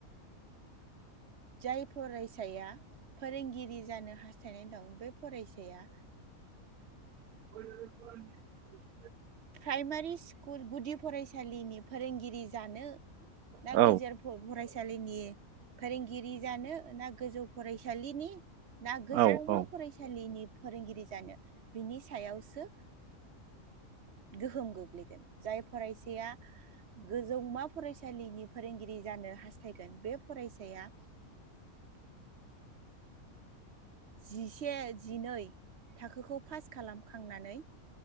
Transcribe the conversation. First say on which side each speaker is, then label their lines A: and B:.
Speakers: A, on the right; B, on the right.
A: जाय फरायसाया फोरोंगिरि जानो हास्थायनाय दं बे फरायसाया
B: <inaudible>
A: प्राइमारि स्कुल गुदि फरायसालिनि फोरोंगिरि जानो ना
B: औ
A: गेजेर फरायसालिनि फोरोंगिरि जानो ना गोजौ फरायसालिनि ना गोजौमा
B: औ औ
A: फरायसालिनि फोरोंगिरि जानो बिनि सायावसो गोहोम गोग्लैगोन जाय फरायसाया गोजौमा फरायसालिनि फोरोंगिरि जानो हास्थायगोन बे फरायसाया जिसे जिनै थाखोखौ पास खालाम खांनानै